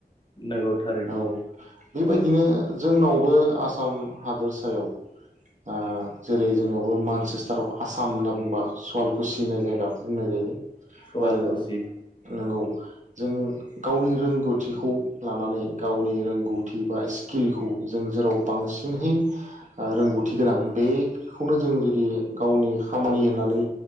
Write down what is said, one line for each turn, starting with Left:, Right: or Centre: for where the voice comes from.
Left: नंगौ थारैनो
Right: औ बेबायदिनो जोंनावबो आसाम हादोरसायाव आ जेरै जोंनियावबो मानसेस्टार अफ आसाम होनना बुंबा सुवालकुसि होननाय जायगाखौ बुंनाय जायो
Left: सवाल
Right: आरो
Left: खुसि
Right: नोंगौ जों गावनि रोंगौथिखौ लानानै गावनि रोंगौथि बा स्किलखौ जों जेराव बांसिनहै ओ रोंगौथि गोनां बेखौनो जों जुदि गावनि खामानि होननानै